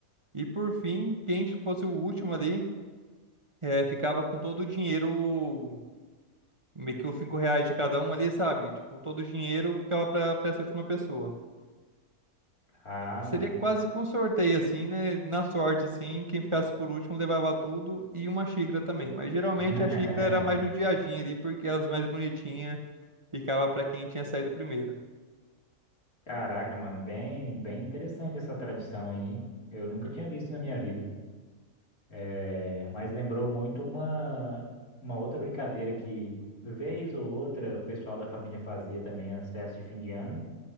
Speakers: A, on the right; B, on the left.
A: E por fim, quem fosse o último ali, eh, ficava com todo o dinheiro Meio que os cinco reais de cada um ali, sabe? Tipo, todo o dinheiro ficava pra, pra essa última pessoa.
B: Ah,
A: Seria
B: mano.
A: quase que um sorteio, assim, né? Na sorte, assim, quem ficasse por último levava tudo e uma xícara também. Mas geralmente
B: <laughs>
A: a xícara era mais do ali, porque as mais bonitinhas ficava pra quem tinha saído primeiro.
B: Caraca, mano, bem, bem interessante essa tradição aí. Eu nunca tinha visto na minha vida. É, mas lembrou muito uma, uma outra brincadeira que, vez ou outra, o pessoal da família fazia também nas festas de fim de ano,